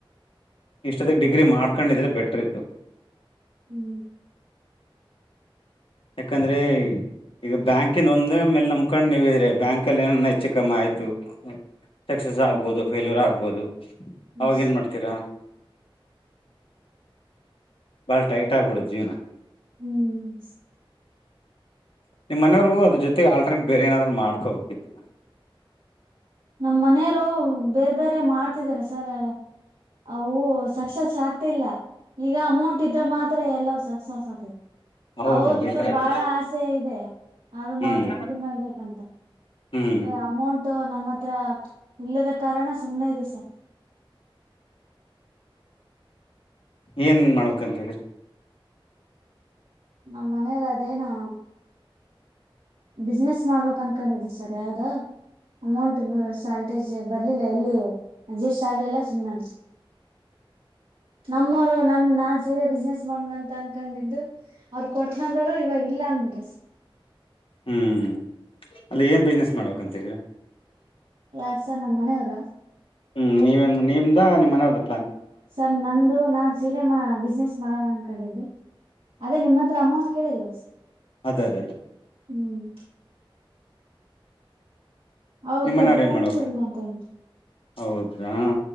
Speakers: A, on the left (about 75°); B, on the right (about 85°).
A: ಇಷ್ಟದಗ ಡಿಗ್ರಿ ಮಾಡ್ಕೊಂಡಿದ್ರೆ ಬೆಟ್ರಿತ್ತು.
B: ಹ್ಮ್
A: ಯಾಕಂದ್ರೆ. ಈಗ ಬ್ಯಾಂಕಿಂದ ಒಂದೇ ಮೇಲ ನಮಕೊಂಡ್ ನೀವಿದ್ರೆ ಬ್ಯಾಂಕಲ್ಲಿ ಏನನ ಹೆಚ್ಚು ಕಮ್ಮಿ ಆಯ್ತು. ಸೇಕ್ಸಸ್
B: ಹ್ಮ್
A: ಆಗ್ಬೋದು ಫೇಲ್ಯೂರ್ ಆಗ್ಬೋದು
B: ಹ್ಮ್
A: ಅವಾಗ ಏನ್ ಮಾಡ್ತೀರಾ. ಬಾಳ ಟೈಟ್ ಆಗ್ಬಿಡ ಜೀವ್ನ.
B: ಹ್ಮ್ ಹ್ಮ್
A: ನಿಮ್ಮ್ನೆಯವ್ರು ಅದ ಜೊತೆಗ್ ಆಟರ್ನೇಟ್ ಬೇರೆ ಏನಾದ್ರು ಮಾಡ್ಕೋಬೇಕಿತ್ತು.
B: ನಮ್ ಮನೆಯವ್ರು ಬೇರ್ ಬೇರೆ ಮಾಡ್ತಿದಾರ ಸರ. ಅವು ಸಕ್ಸಸ್ ಆಗ್ತ ಇಲ್ಲ ಈಗ ಅಮೌಂಟ್ ಇದ್ರೆ ಮಾತ್. ತ್ರ ಎಲ್ಲಾ ಸಕ್ಸಾಸ್ ಆಗ್ತೈತಿ.
A: ಹೌದು
B: ಅವ್ರುದು
A: ಅದು ಕರೆಕ್ಟ್
B: ಬಾಳ ಆಸೆ ಇದೆ ಅದು ಮಾಡ್ಬೇಕ
A: ಹ್ಮ್
B: ಇದು ಮಾಡ್ಬೇಕಂತ.
A: ಹ್ಮ್
B: ಅಮೌಂಟು ನಮ್ಮ ಹತ್ರ ಇಲ್ಲದ ಕಾರಣ ಸುಮ್ನೆ ಇದಿವಿ ಸರ್.
A: ಏನ್ ಮಾಡ್ಬೇಕಂತಿದಿರಿ.
B: ನಮ್ಮ ಮನೆಯವ್ರು ಅದೇನು. ಬಿಸ್ನೆಸ್ ಮಾಡ್ಬೇಕ್ ಅನ್ಕೊಂಡಿದಿ ಸರ್ ಯಾವ್ದ. ಅಮೌಂಟ್ ಬ ಸಾಲ್ಟೇಜ್ ಬರ್ಲಿಲ್ಲ ಎಲ್ಲಿಯು ಅಡ್ಜಸ್ಟ್ ಆಗ್ಲಿಲ್ಲ ಸುಮ್ನಾಗ್. ನಮ್ಮವ್ರು ನಮ್ ನಾನ್ ಸೀರೆ ಬಿಸ್ನೆಸ್ ಮಾಡಣ ಅಂತ ಅನ್ಕೊಂಡಿದ್ದು. ಅವ್ರ ಕೊಡ್ತನಂದಾರು ಇವಾಗ ಇಲ್ಲ ಅಂದ್ಬಿಟ್ರು ಸ
A: ಹ್ಮ್ ಅಲ್ಲಿ ಏನ್ ಬಿಸ್ನೆಸ್ ಮಾಡ್ಬೇಕಂತ ಇದೀರಾ.
B: ಯಾರ್ ಸರ್ ನಮ್ಮ್ ಮನೆಯವ್ರ.
A: ಹ್ಮ್ ನೀವೇನ್ ನಿಮ್ದಾ ನಿಮ್ ಮನೇಯವ್ರ
B: ಸರ್ ನಂದು ನಾನ್ ಸೀರೆಮಾ ಬಿಸ್ನೆಸ್ ಮಾಡಣ ಅನ್ಕೊಂಡಿದ್ದೆ. ಅದೇ ನಿಮ್ಮತ್ರ ಅಮೌಂಟ್ ಕೇಳಿಲ್ಲ ಸ.
A: ಅದರಿ.
B: ಹ್ಮ್ ಅವ್ರು
A: ನಿಮ್ಮನೆಯವ್ರ್
B: ಕೊಡ್ತೀವಂದ್ರ
A: ಏನ್ ಮಾಡ್ಬೇಕು
B: ಇಲ್ಲಂತಂದ್ರ
A: ಹೌದಾ